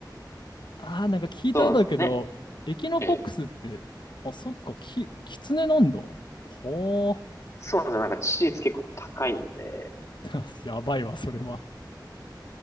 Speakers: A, on the left; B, on the left.
A: あー、なんか聞いたことあるけど、
B: そうなんですよね。
A: エキノコックスって、
B: ええ。
A: あ、そっか、キキツネなんだ。ほー。
B: そうなんですよ。なんか致死率結構高いんで、
A: <laughs> やばいわ、それは。